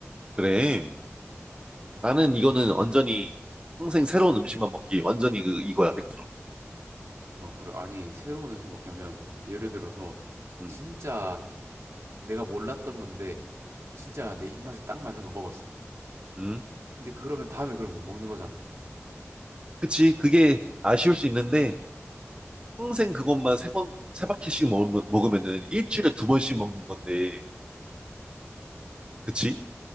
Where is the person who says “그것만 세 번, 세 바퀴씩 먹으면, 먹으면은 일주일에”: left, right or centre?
Right